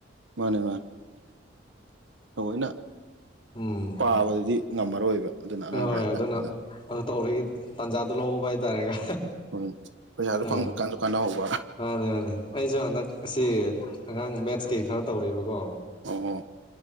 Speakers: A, on the right; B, on the left.
A: ꯃꯥꯅꯦ ꯃꯥꯅꯦ ꯇꯑꯣꯏꯅ
B: ꯎꯝ
A: ꯄꯥꯕꯗꯨꯗꯤ ꯉꯝꯃꯔꯣꯏꯕ ꯑꯗꯨꯅ ꯑꯉꯥꯡ
B: ꯍꯣꯏ
A: ꯂꯥꯏꯔꯤꯛ
B: ꯑꯗꯨꯅ
A: ꯇꯥꯛꯄꯗ
B: ꯑꯗꯨ ꯇꯧꯔꯤꯒꯤ ꯇꯥꯟꯖꯥꯗꯣ ꯂꯧꯍ ꯍꯥꯏ ꯇꯔꯒ
A: ꯍꯣꯏ ꯄꯩꯁꯥꯁꯨ
B: ꯑ
A: ꯐꯪꯕ ꯀꯥꯟꯁꯨ ꯀꯥꯟꯅꯍꯧꯕ
B: ꯃꯥꯅꯤ ꯃꯥꯅꯦ ꯑꯩꯁꯨ ꯍꯟꯗꯛ ꯑꯁꯤ ꯑꯉꯥꯡ ꯃꯦꯠꯁꯀꯤ ꯈꯔ ꯇꯧꯔꯤꯕꯀꯣ
A: ꯑꯣ